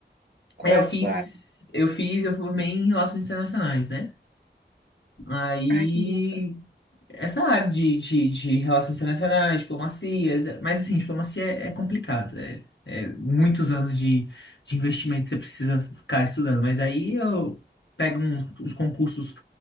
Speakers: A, on the right; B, on the left.
A: qual
B: É, eu
A: é a
B: fiz,
A: sua... área?
B: eu fiz, eu formei em relações internacionais, né? Aí
A: Ai, que massa.
B: Essa área de, de, de relações internacionais, diplomacia, mas assim, diplomacia é, é complicado. É, é muitos anos de, de investimento que você precisa ficar estudando. Mas aí eu pego uns, os concursos